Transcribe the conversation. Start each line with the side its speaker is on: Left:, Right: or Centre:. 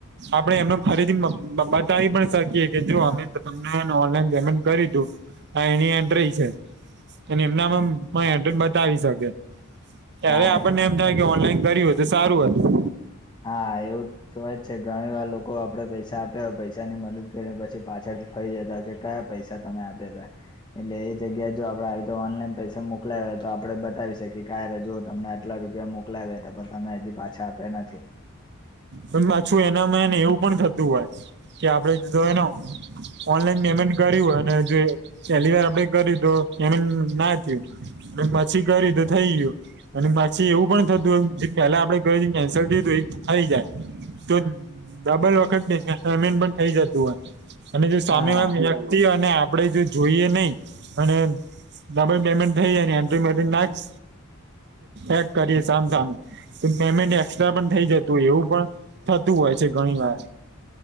Right: આપણે એમને ફરીથી બતાવી પડે શકીએ કે જો અમે તમને ઓનલાઈન પેમેન્ટ કરી દીધું આ એની એન્ટ્રી છે એ એમનામાંમ એ એન્ટ્રી બતાવી શકે ત્યારે
Left: હા
Right: આપણને એમ થાય કે ઓનલાઈન કર્યું હોત તો સારું હતું
Left: હા એવું તોય જ છે ઘણી વાર લોકો આપડે પૈસા આપ્યા હોય પૈસાની મદદ કર્યાં પછી પાછળથી ફરી જતા કે કયા પૈસા તમે આપ્યા હતા એટલે એ જગ્યા જો આપડે આવી તો ઓનલાઈન પૈસા મોકલા હોય તો આપડે બતાવી શકીએ કે આ રયા જોવો તમને એટલા રૂપિયા મોકલા્યા હતા પણ તમે હજી પાછા આપ્યા નથી
Right: પણ પાછું એનામાં એને એવું પણ થતું હોય કે આપડે જો એનો ઓનલાઈન પેમેન્ટ કર્યું હોય અને જો પહેલી વાર આપડે કર્યું તો પેમેન્ટ ના થયું અને પછી કરી તો થઈ ગયું અને પછી એવું પણ થતું પેલા આપણે કેન્સલ થય હતું એ થઈ જાય તો ડબલ વખત પેમેન્ટ પણ થઈ જતું હોય અને જો સામે
Left: હા
Right: વાળા વ્યક્તિ અને આપડે જે જોઈએ નહી અને ડબલ પેમેન્ટ થઈ જાય એન્ટ્રી મેટ નાખ એક કરીએ સામ સામે, તો પેમેન્ટ એસ્ટ્રા પણ થઈ જતું હોય એવું પણ થતું હોય છે, ઘણી વાર